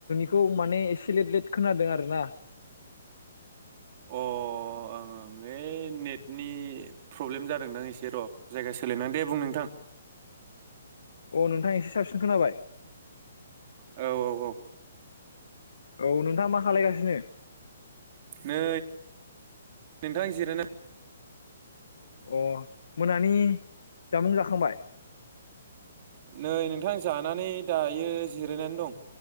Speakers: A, on the left; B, on the right.
A: खौ माने एसे लेट-लेट खोनादों आरोना।
B: अ ओं ओं ओइ नेटनि प्रब्लेम जादोंदां एसे र' जायगा सोलायनां दे बुं नोंथां।
A: अ नोंथां एसे साबसिन खोनाबाय
B: औ औ औ
A: औ नोंथाङा मा खालायगासिनो?
B: नै नोंथां जिरायना
A: अ मोनानि जामुं जाखांबाय?
B: नै नोंथां जानानै दायो जिरायनानै दं